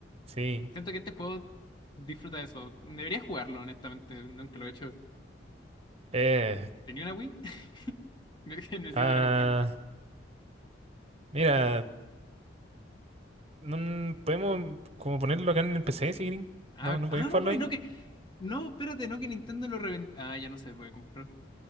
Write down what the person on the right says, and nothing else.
sí.
Eh,
ah,
mira, no, podemos como ponerlo acá en el PC si quieren.
No,
no podéis
jugarlo
ahí.